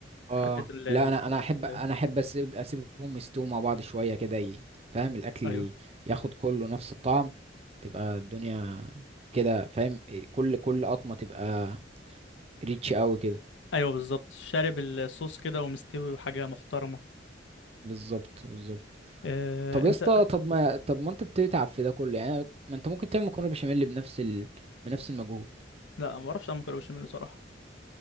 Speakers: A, on the right; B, on the left.
A: اه
B: حته ال ال-
A: لا انا انا
B: ال-
A: احب انا احب اسيب اسيبهم يستووا مع بعض شويه كده ي- فاهم الاكل
B: ايوه
A: ياخد كله نفس الطعم تبقى الدنيا كده فاهم إيه، كل كل قطمه تبقى ريتش قوي كده
B: ايوه بالظبط شارب الصوص كده ومستوي وحاجه محترمه
A: بالظبط بالظبط
B: إيه
A: طب يا
B: انت
A: اسطى طب ما طب ما انت بتتعب في ده كله يعني ما انت ممكن تعمل مكرونه بشاميل بنفس ال... بنفس المجهود
B: لا ما اعرفش اعمل مكرونه بشاميل صراحه